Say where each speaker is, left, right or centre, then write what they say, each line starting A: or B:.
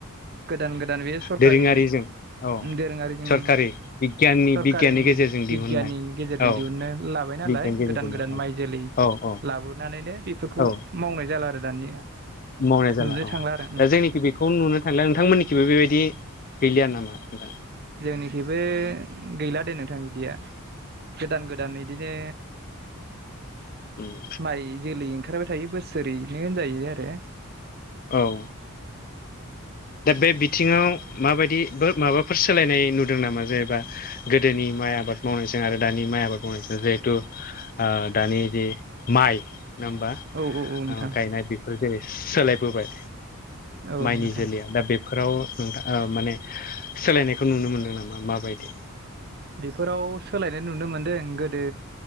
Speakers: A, on the right (about 45°); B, on the left (about 40°).
A: गोदान गोदान बे सरखारि
B: दोरोङारिजों औ
A: दोरोङारिजों
B: सरखारि बिगियाननि
A: सरकारि
B: बिगियाननि गेजेरजों दिहुननाय
A: बिगियाननि गेजेरजों
B: औ
A: दिहुनो लाबाय नालाय
B: बिगियाननि गेजेरजोंनो
A: गोदान-गोदान
B: औ
A: माइ जोलै।
B: औ औ
A: लाबोनानैनो बेफोरखौ
B: औ
A: मावनाय जाला आरो दानिया।
B: मावनाय जाला
A: नुनो
B: औ
A: थांला आरो
B: दा जोंनिखि बि खौ नुनो थांला। नोंथांमोननिखिबो बेबायदि गैलिया नामा नोंथां?
A: जोंनिखैबो गैला दे नोंथां बिदिया। गोदान-गोदान इदिनो
B: उम।
A: माइ जोलै ओंखारबाय थायो बोसोरैनो होनजायो आरो।
B: औ। दा बे बिथिङाव माबायदि बो माबाफोर सोलायनाय नुदों नामा जेनेबा? गोदोनि माइ आबाद मावनायजों आरो दानि माइ आबाद मावनायजों जेहेथु ओ दानि जे माइ नङा होमबा?
A: औ औ औ नोंथां
B: ओ गायनाय बेफोर जेरै सोलायबोबाय
A: औ
B: माइनि
A: नोंथां
B: जोलैया। दा बेफोराव नोंथां ओ माने सोलायनायखौ नुनो मोनदों नामा माबायदि?
A: बेफोराव सोलायनाय नुनो मोन्दों। गोदो